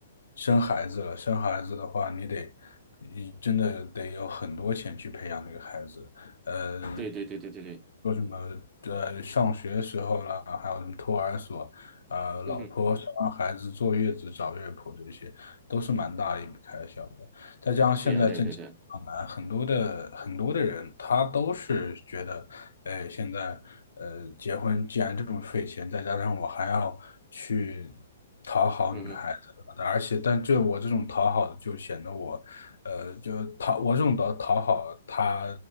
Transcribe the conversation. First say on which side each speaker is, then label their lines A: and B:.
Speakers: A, on the left; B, on the right.
A: 生孩子了，生孩子的话，你得，你真的得有很多钱去培养这个孩子。呃，
B: 对对对对对对，
A: 说什么呃，上学时候啦，还有什么托儿所，呃，老婆生完孩子坐月子找月婆这些，
B: 嗯哼，
A: 都是蛮大的一笔开销的。再加上现在挣钱比较难，
B: 对呀、对呀、对呀、对呀
A: 很多的很多的人他都是觉得，哎，现在呃，结婚既然这么费钱，再加上我还要去。讨好女孩而且，
B: 嗯哼嗯哼，
A: 但这我这种讨好的就显得我，呃，就讨我这种的讨好，他